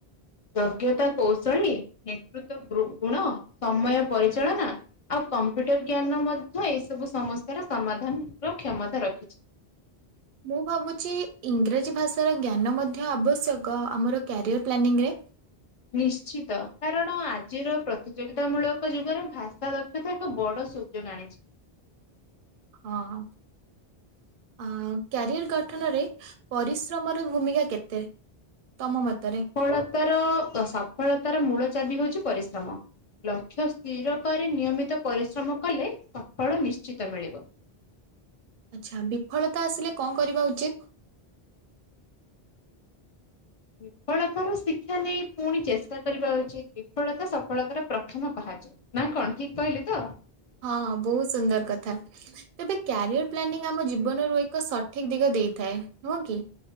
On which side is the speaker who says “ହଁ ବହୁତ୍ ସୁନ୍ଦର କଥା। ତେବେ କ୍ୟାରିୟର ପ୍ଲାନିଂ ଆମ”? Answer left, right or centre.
Right